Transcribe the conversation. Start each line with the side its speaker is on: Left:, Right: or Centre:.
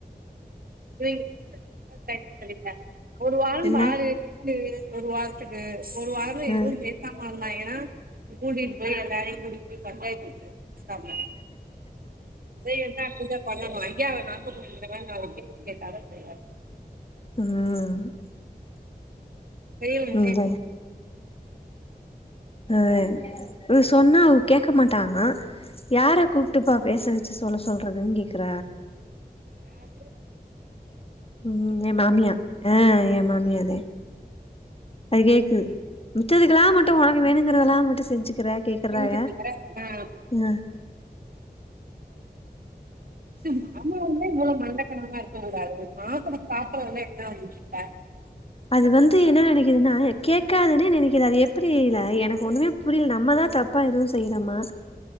Right: ம் <unintelligible> ஒரு வார
Left: என்ன
Right: பாரு இரு ஒரு வாரத்துக்கு ஒரு வாரோ
Left: ஆ
Right: எதுவு பேசாம ஒன்னைய கூட்டிட்டு போய் எல்லாரையு கூட்டிட்டு போயி கட்டாயப்படுத்தல ஸ் ப்ராப்ளம் ட்ரை என்ன <unintelligible> பா நம்ம ஐயாவ நாக்கப்புடுங்ர மாரி நாலு கேள்வி கேட்டாதா சரி ஆகு
Left: ம்
Right: செரி உச்சி
Left: இந்த அ இது சொன்னா அவுக கேக்க மாட்டாங்க யார கூப்ட்டுப்பா பேச வச்சு சொல்ல சொல் றதுங்கேக்ற
Right: யாரு
Left: ம் ஏ மாமியா அ ஏ மா மியாத அது கேக்குது மிச்சதுக்லா ம ட்டு உனங்க வேணுங்கிறதெல்லா மட்டு செஞ்சுக்ற கேக்குறாக
Right: செஞ்சுட்டுல ஆ
Left: அ
Right: ம் மாமாவுமே இவ்ளோ மண்டகனமா இருக்க கூடாது மாசோ ஸ்டார்ட் ஆனா என்ன வந்துச்ச
Left: அது வந்து என்ன நெனைக்குதுன்னா கேக்காதுன்னே நெனைக்குது அது எப்டி ல எனக்கு ஒன்னுமே புரியல நம்மதா தப்பா எது செய்றோமா